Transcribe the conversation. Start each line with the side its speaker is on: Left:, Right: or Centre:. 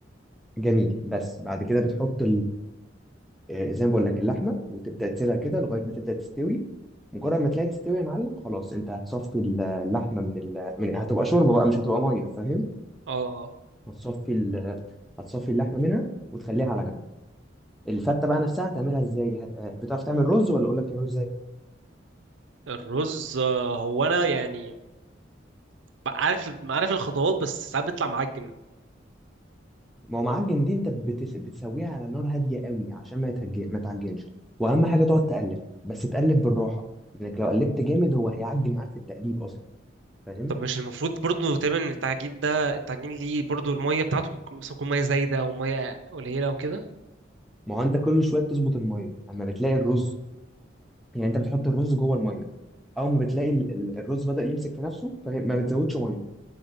Centre: جميل بس بعد كده بتحط آه، زي ما بقول لك اللحمه وتبدا تسيبها كده لغايه ما تبدا تستوي مجرد ما تلاقي تستوي يا معلم خلاص انت هتصفي اللحمه من ال... من هتبقى شوربه بقى مش هتبقى ميه فاهم
Right: اه اه
Centre: هتصفي ال... هتصفي اللحمه منها وتخليها على جنب الفته بقى نفسها هتعملها ازاي هت... آه، بتعرف تعمل رز ولا اقول لك تعمله ازاي
Right: الرز آه، هو انا يعني عارف عارف الخطوات بس ساعات بيطلع معجن
Centre: ما هو معجن دي انت بتس... بتسويها على نار هاديه قوي عشان ما يتهج... ما تعجنش واهم حاجه تقعد تقلب بس تقلب بالراحه لانك لو قلبت جامد هو هيعجن معاك في التقليب اصلا فاهم
Right: طب مش المفروض برضو تقريبا إن التعجين ده التعجين ليه برضو الميه بتاعته ممكن- مثلا تكون ميه زايده او ميه قليله او كده
Centre: ما هو انت كل شويه بتظبط الميه اما بتلاقي الرز يعني انت بتحط الرز جوه الميه اول ما بتلاقي ال- ال- الرز بدأ يمسك في نفسه فما بتزودش ميه